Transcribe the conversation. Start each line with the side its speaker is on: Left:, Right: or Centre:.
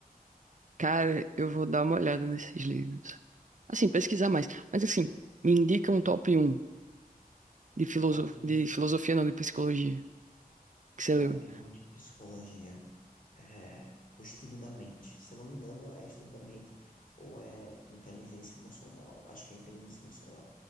Right: cara, eu vou dar uma olhada nesses livros. Assim, pesquisar mais. Mas assim, me indica um top um de filosof...
Left: Top 1,
Right: de filosofia, não, de psicologia, que você
Left: top
Right: leu.
Left: 1 de psicologia. é, o estudo da mente. Se eu não me engano, é estudo da mente ou é inteligência emocional. Acho que é inteligência emocional.